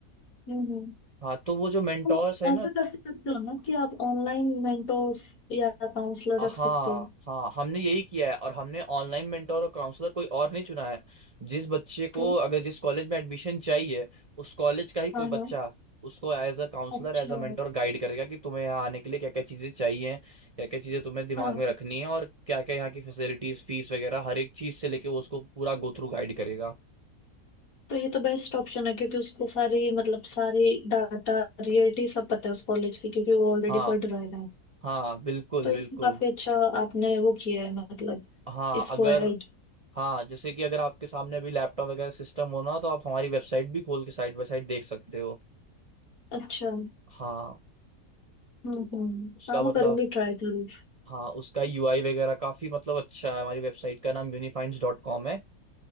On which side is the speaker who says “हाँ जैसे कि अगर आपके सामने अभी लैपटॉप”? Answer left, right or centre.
Right